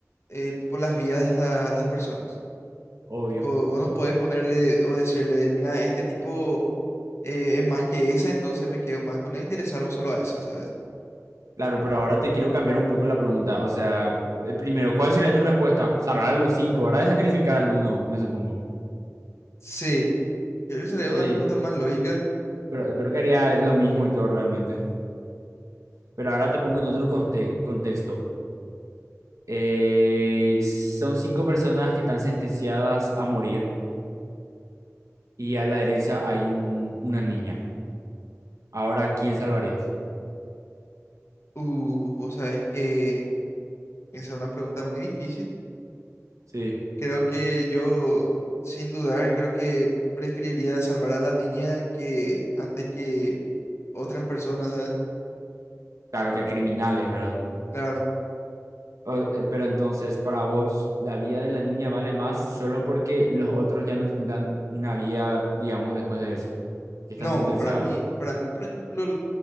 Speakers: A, on the left; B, on the right.
A: eh, tipo, las vidas de la- las personas.
B: obvio.
A: Tipo, vos no podés ponerle o decirle, mira, este tipo eh, es más que esa, entonces me quedo más con este y le salgo solo a ese, ¿sabes?
B: Claro, pero ahora te quiero cambiar un poco la pregunta. O sea, eh, primero, ¿cuál sería tu respuesta? Salvar a los cinco, ¿verdad? Y sacrificar al uno, me supongo.
A: Sí, creo que sería una
B: Eh,
A: respuesta más lógica.
B: creo, creo que haría lo mismo yo realmente. Pero ahora te pongo en otro conte- contexto. Eh, son cinco personas que están sentenciadas a morir y a la derecha hay un, una niña. Ahora, ¿a ¿quién salvarías?
A: Uh, vos sabés que esa es una pregunta muy difícil.
B: Sí.
A: Creo que yo, sin dudar, creo que preferiría salvar a la niña que antes que otras personas, ¿sabes?
B: Claro que a criminales, ¿verdad?
A: Claro.
B: O- eh, pero entonces, para vos, la vida de la niña vale más solo porque los otros ya no tendrán una vida, digamos, después de eso. Ya están
A: No,
B: sentenciados.
A: para mí, para mí, por ejemplo, l-